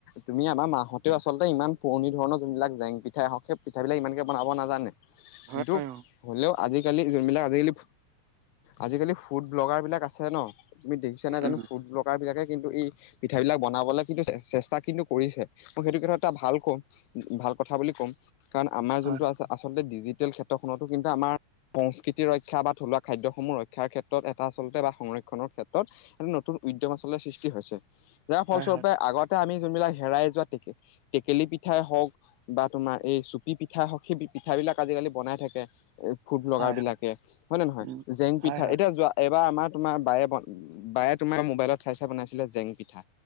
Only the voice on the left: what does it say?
তুমি আমাৰ মাহতেও আলতে ইমান পুৰণি ধৰণৰ যোনবিলাক জেং পিঠাই আহক সেই পিঠাব বিলাক ইমানকে বনাব নাজানে
দো
হলেও আজিকালি যোনবিলাক আজিকালি আজিকালি ফুড ব্লগাৰবিলাক আছে ন তুমি দেখিছা নাই
জানো ফুড বকাৰ বিলাকে কিন্তু এই পিঠ বিলাক বনাবলৈ কিন্তু চেষ্টা কিন্তু কৰিছে মই সেইটো ক্ষেত্ৰত এটা ভাল কম ভাল কথা বুলি ক'ম কাৰণ আমাৰ
যোনটো আ আচলতে ডিজিটেল ক্ষেত্ৰখনতো কিন্তু আমাৰ সংস্কৃতিৰ ৰক্ষা বা থলুৱা খাদ্যসমূহ ৰক্ষাৰ ক্ষেত্ৰত এটা আচলতে বা সংৰক্ষণৰ ক্ষেত্ৰত এটা নতুন উদ্যম আচলতে সৃষ্টি হৈছে। যাৰ ফলস্বৰূপে
আগতে আমি যোনবিলাক হেৰাই যোৱা টেক টেকেলি পিঠাই হওঁক বা তোমাৰ এই চুপি পিঠা সখী পিঠা পিঠা বিলাক আজিকালি বনাই থাকে। ফুড ব্লগাৰ
বিলাকে
হয়নে নহয়
জেং
পিঠা
এতিয়া যোৱা এইবাৰ আমাৰ তোমাৰ বায়ে বন বায়ে তোমাৰ মোবাইলত চাই চাই বনাইছিলে জেং পিঠা